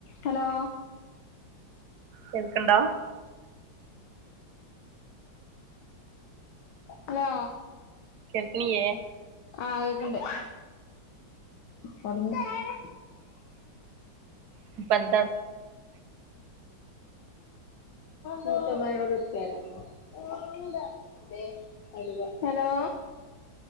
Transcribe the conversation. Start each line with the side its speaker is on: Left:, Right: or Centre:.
Left: Hello
Right: കേൾക്ക്ണ്ടോ
Left: hello
Right: കേൾക്കണില്ലേ
Left: ആഹ് കേക്ക്ണ്ട് തൊട്ങ്ങി <unintelligible>
Right: ന്ന് പെന്താണ്
Left: മൂത്തമ്മാനോട് ഇട്ത്തെരാം പറയ് ഹലുവ ഹലോ